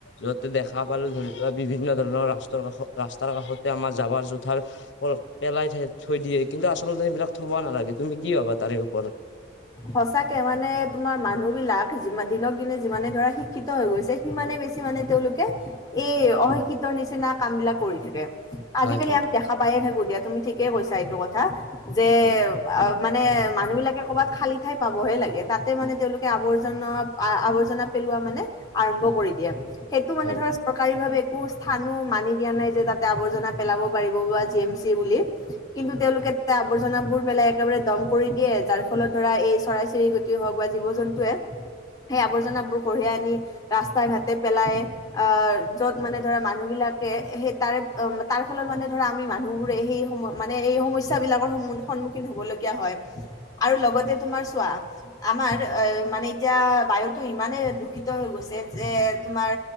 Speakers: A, on the left; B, on the left.
A: য'তে দেখা পালো। ধৰি লোৱা বিভিন্ন ধৰণৰ ৰাস্তাৰ কাষত, ৰাস্তাৰ কাষতে আমাৰ জাবাৰ জোথাৰ বোৰ পেলাই থে থৈ দিয়ে কিন্তু আচলতে সেইবিলাক থবা নালাগে। তুমি কি ভাবা তাৰে ওপৰত? <inaudible>
B: সঁচাকে মানে তোমাৰ মানুহবিলাক, যিমান দিনক দিনে যিমানে ধৰা শিক্ষিত হৈ গৈছে সিমানে বেছি মানে তেওঁলোকে এই অশিক্ষিতৰ নিচিনা কামবিলাক কৰি থা দে, আজিকালি
A: হয় হয়
B: আমি দেখা পাইয়ে থাকো দিয়া। তুমি ঠিকেই কৈছা এইটো কথা যে
A: হয়
B: আও মানে মানুহবিলাকে ক'বাত খালী ঠাই পাবহে লাগে তাতে মানে তেওঁলোকে আৱৰ্জন আ-আৱৰ্জনা পেলোৱা মানে আৰম্ভ কৰি দিয়ে। সেইটো মানে
A: হয়
B: ধৰা চৰকাৰী ভাৱে একো স্থানো মানি দিয়া নাই যে তাতে আৱৰ্জনা পেলাব পাৰিব বা জি এম চি বুলি। কিন্তু তেওঁলোকে আৱৰ্জনাবোৰ পেলাই একেবাৰে দম কৰি দিয়ে যাৰ ফলত ধৰা এই চৰাই-চিৰিকটিয়ে হওঁক বা জীৱ-জন্তুৱে সেই আৱৰ্জনাবোৰ কঢ়িয়াই আনি ৰাস্তা-ঘাটে পেলাই আৰ য'ত মানে ধৰা মানুহবিলাকে সেই তাৰে উম তাৰ ফলত মানে ধৰা আমি মানুহবোৰে সেই সময় মানে এই সমস্যাবিলাকৰ সন্মুন-সন্মুখীন হবলগীয়া হয় আৰু লগতে তোমাৰ চোৱা আমাৰ এ মানে এতিয়া বায়ুটো ইমানে দূষিত হৈ গৈছে যে তোমাৰ